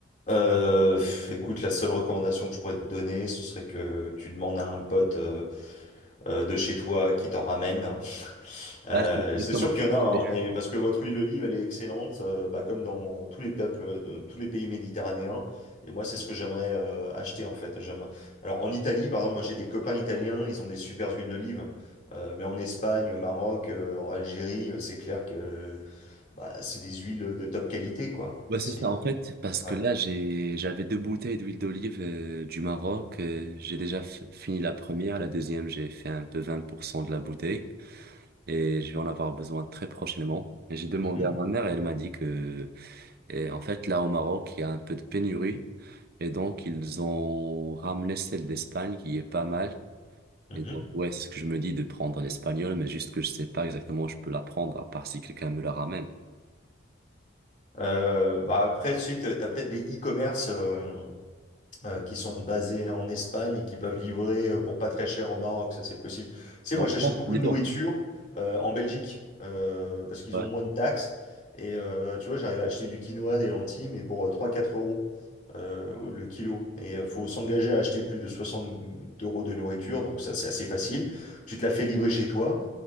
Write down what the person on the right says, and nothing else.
Bah, c'est justement
ce
que
je fais.
Bah,
c'est ça,
en fait, parce
que là, j'ai, j'avais deux bouteilles d'huile d'olive euh, du Maroc. euh, j'ai déjà f- fini la première, la deuxième, j'ai fait un peu 20% de la bouteille et je vais en avoir besoin très prochainement. Et J'ai demandé
à ma mère et elle m'a dit que Et en fait, là, au Maroc, il y a un peu de pénurie. Et donc, ils ont ramené celle d'Espagne qui est pas mal.
Et donc, ouais, c'est ce que je me dis de prendre l'espagnol, mais juste que je sais pas exactement où je peux la prendre, à part si quelqu'un me la ramène.
En
France,
plutôt.
Ouais.